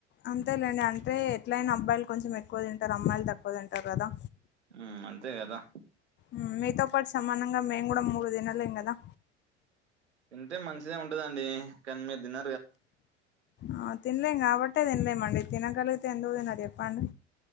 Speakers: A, on the left; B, on the right.
A: అంతేలేండి అంటే ఎట్ల అయినా అబ్బాయిలు కొంచెం ఎక్కొ తింటారు అమ్మాయిలు తక్కొ తింటారు గదా.
B: ఉమ్ అంతే గదా.
A: ఉ మీతో పాటు సమానంగా మేము కూడా మూడు దినలేేం గదా.
B: తింటే మంచిదే ఉంటదండి కానీ మీరు తిన.
A: ఆ తిన్లేమ్ గాబ. మట్టే తినల్లే మండి తినగలుగుతే ఎందుకు దినరు చెప్పండి.